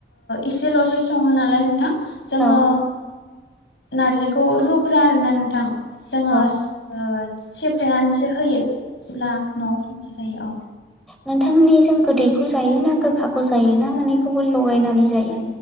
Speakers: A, on the left; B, in the centre.
A: एसेल'सो सङो नालाय नोंथां जोङो
B: औ
A: नारजिखौ रुग्रा आरोना नोंथां जोङो
B: औ
A: ओ सेफ्लेनानैसो होयो सिब्ला न'आव संना जायो औ
B: नोंथांनिजों गोदैखौ जायो ना गोखाखौ जायो ना मोननैखौबो लगायनानै जायो